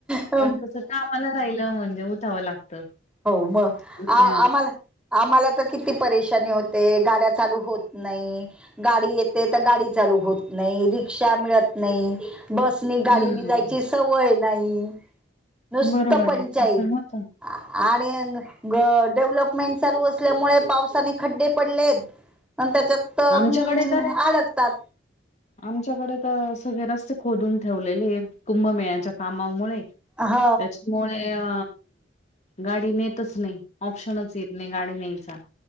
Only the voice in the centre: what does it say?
हम्
हो मग
आ आम्हाला आम्हाला तर किती परेशानी होते गाड्या चालू होत नाही. गाडी येते तर गाडी चालू होत नाही, रिक्षा मिळत नाही. बसनी गाडीनी
जायची सवय नाही, नुसतं
पंचायत.
आणि डेव्हलपमेंट चालू असल्यामुळे पावसाने खड्डे पडलेत. आण त्याच्यातम्
अडकतात.
ह